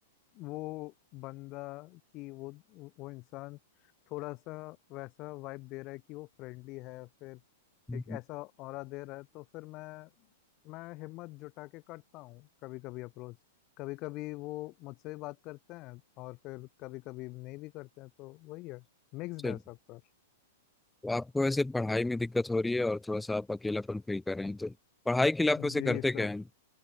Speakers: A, on the left; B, in the centre.
A: वो बंदा कि वो वो इंसान थोड़ा सा वैसा वाइब दे रहा है कि वो फ्रेंडली है फिर
B: हम्म।
A: एक ऐसा ऑरा दे रहा है तो फिर मैं मैं हिम्मत जुटा के करता हूँ कभी कभी अप्रोच कभी कभी वो मुझसे भी बात करते हैं और फिर कभी कभी नहीं भी करते हैं तो वही है मिक्स्ड
B: चलिए
A: है सब सर
B: तो आपको वैसे पढ़ाई में दिक्कत हो रही है और थोड़ा सा आप अकेलापन फील कर रहे हैं तो पढ़ाई के लिए आप वैसे
A: जी
B: करते
A: सर
B: क्या हैं